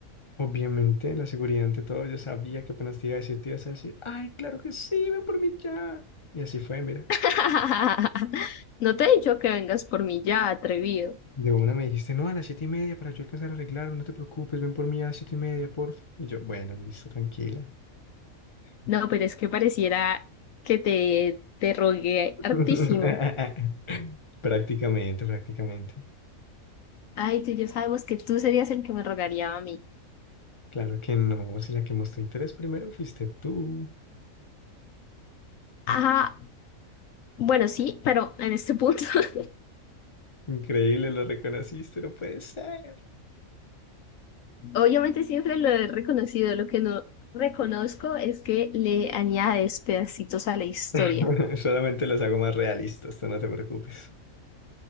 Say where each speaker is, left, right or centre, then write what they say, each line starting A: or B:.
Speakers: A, on the left; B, on the left.
A: Obviamente, la seguridad ante todo, yo sabía que apenas te iba a decir, te ibas a decir, ay, claro que sí, ven por mí ya. Y así fue, mira.
B: <laughs> No te he dicho que vengas por mí ya, atrevido.
A: De una me dijiste, no, a las siete y media para yo alcanzar a arreglarme, no te preocupes, ven por mí a las siete y media, porfa. Y yo, bueno, listo, tranquila.
B: No, pero es que pareciera que te, te rogué
A: <laughs>
B: hartísimo.
A: Prácticamente, prácticamente.
B: Ay, tú y yo sabemos que tú serías el que me rogaría a mí.
A: Claro que no, si la que mostró interés primero fuiste tú.
B: Ajá, bueno, sí, pero en este punto. <laughs>
A: Increíble, lo reconociste, no puede ser.
B: Obviamente siempre lo he reconocido, lo que no reconozco es que le añades pedacitos a la historia.
A: <laughs> Solamente los hago más realistas, tú no te preocupes.